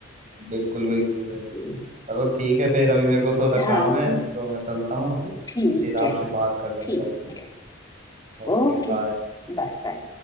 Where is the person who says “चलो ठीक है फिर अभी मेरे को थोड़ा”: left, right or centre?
Right